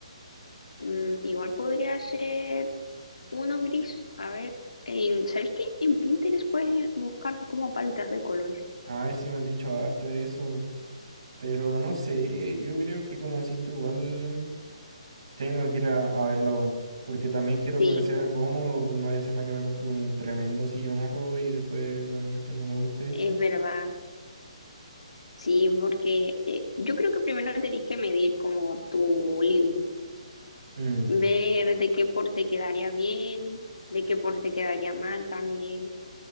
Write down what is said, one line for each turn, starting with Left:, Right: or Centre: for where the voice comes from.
Left: Mm, igual podría ser uno gris. A ver, en, ¿sabes qué? En Pinterest puedes buscar como paletas de colores.
Right: Ay, sí me han dicho harto de eso, pero no sé, yo creo que como decís tú, igual tengo que ir a, a verlo, porque también quiero
Left: Sí,
Right: que sea cómodo, pues no vaya a ser nada que me compre un tremendo sillonaco y después la cuestión no me guste.
Left: es verdad. Sí, porque eh, yo creo que primero tenés que medir como tu living,
Right: Mm,
Left: ver de qué porte quedaría bien, de qué porte quedaría mal también,